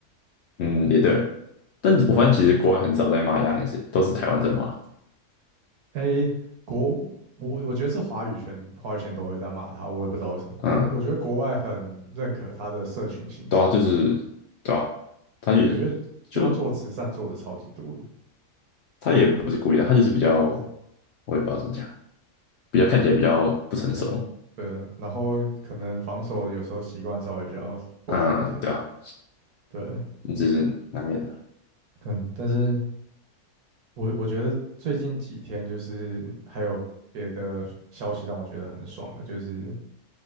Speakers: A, on the left (about 65°); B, on the right (about 75°).
A: 嗯，也对但我发现其实国外很少在骂亚尼斯，
B: 对啊。
A: 都是台湾在骂。
B: 诶，国我我觉得是华语圈华语圈都会在骂他，我也不知道为什么。
A: 嗯，
B: 国我觉得国外很认可他的社群形象。
A: 对啊，就是对啊，他也
B: 有因为因为他做慈善做的超级多的，
A: 就他也不是故意的，
B: 对，
A: 他就是比较，我也不知道怎么讲，比较看起来比较不成熟。
B: 可能对啊，然后可能防守有时候习惯稍微比较不好一点，
A: 嗯，对啊，
B: 对，
A: 这是难免的。
B: 可能但是我我觉得最近几天就是还有别的消息让我觉得很爽的，就是